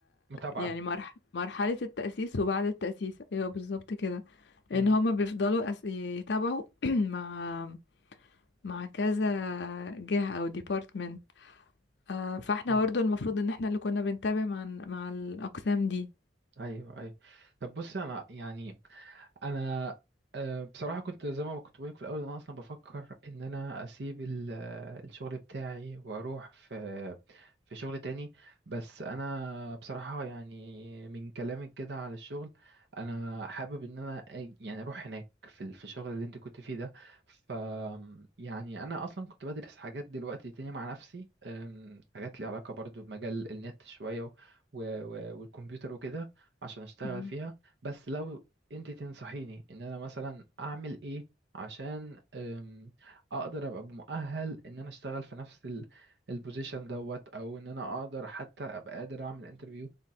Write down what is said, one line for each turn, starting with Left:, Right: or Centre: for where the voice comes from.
Right: متابعة
Left: يعني مرح... مرحلة التأسيس وبعد التأسيس ايوه بالظبط كده
Right: مم.
Left: ان هما بيفضلوا أس... يتابعوا <clears throat> مع مع كذا جهة او ديبارتمنت آه فاحنا
Right: اه
Left: برضه المفروض ان احنا اللي كنا بنتابع مع مع الأقسام دي
Right: ايوه ايوه طب بص انا يعني انا آه، بصراحه كنت زي ما كنت بقولك في الاول انا اصلا بفكر ان انا اسيب ال- آه، الشغل بتاعي واروح في في شغل تاني بس انا بصراحه يعني من كلامك كده على الشغل انا حابب ان انا أي- يعني اروح هناك في ال- في الشغل اللي انت كنت فيه ده ف يعني انا اصلا كنت بدرس حاجات دلوقتي تاني مع نفسي أم، حاجات ليها علاقه برضو بمجال النت شويه و... و... والكمبيوتر وكده عشان اشتغل
Left: مم.
Right: فيها بس لو انت تنصحيني ان انا مثلا اعمل ايه عشان أم، اقدر ابقى مؤهل ان انا اشتغل في نفس ال- البوزيشن دوت او ان انا اقدر حتى ابقى قادر اعمل انترفيو